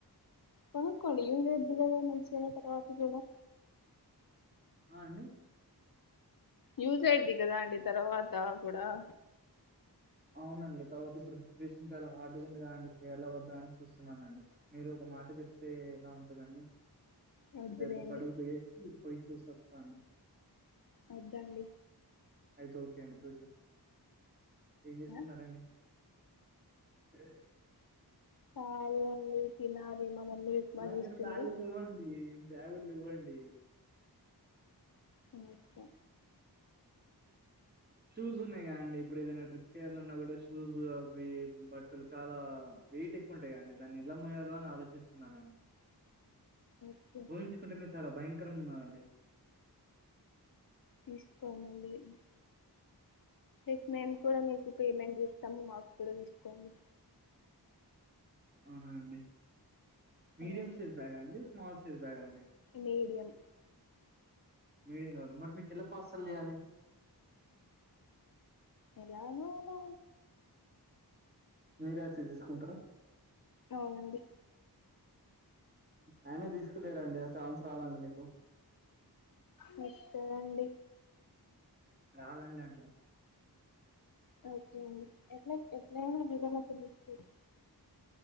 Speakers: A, on the left; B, on the right.
A: కొనుక్కోండి ఎవరు వద్దన్నారు మంచిగా తర్వాత కూడా
B: ఆ అండి
A: యూజ్ అయిది కదా అండి తర్వాత కూడా
B: అవునండి తర్వాత ఇప్పుడు సిచ్యువేషన్ చాలా హార్డ్గా ఉదా గా అండి చేయలా వద్దా అని చూస్తున్నానండి మీరు ఒక మాట చెప్తే ఎలా ఉంటదండి
A: వద్దులేండి
B: రేపు ఒక అడుగు పోయి పోయి చూసోస్తా అండి
A: ఓకే అండి
B: అయితే ఓకే అండి <unintelligible> ఏం చేస్తున్నారండి
A: ఆ?
B: <unintelligible>
A: ఖాళీగా ఉండి తినాలి మా మమ్మీ ఉప్మా
B: నా దగ్గర
A: చేస్తుంది
B: బ్యాగులు లేవండి బ్యాగులు లేవ్వండి
A: తినొచ్చా
B: షూస్ ఉన్నాయి కా అండి ఇప్పుడు ఏదైనా ట్రిప్ కి వేయాలన్న కూడా షూస్ అవి బట్టలు చాలా వెయిట్ ఎక్కువ ఉంటాయి కాదండి దాన్ని ఎలా మోయాలో అని ఆలోచిస్త అన్నానా
A: ఓకే
B: ఊహించుకుంటేనే చాలా భయంకరంగా ఉన్నాదండి
A: తీస్కో <unintelligible> రేపు మేము కూడా మీకు పేమెంట్ ఇస్తాము మాకు కూడా తీసుకోండి
B: అవునా అండి మీడియం
A: అవునండి
B: సైజ్ బ్యాగ అండి స్మాల్ సైజ్ బ్యాగ్ అండి
A: మీడియం
B: మీడియం కావాల మరి మీకు ఎలా పార్సల్ చేయాలి
A: ఎలానో అలా
B: మీరే వచ్చి తీసుకుంటారా
A: అవునండి
B: ఆయన తీసుకులేరండి ఆ ఛాన్స్ రాదండి మీకు
A: వస్తాదండి
B: రాదండి అంటున్నా
A: ఓకే అండి ఎట్లా ఎట్లయినా వీలు అయినప్పుడు తీసుకుంటా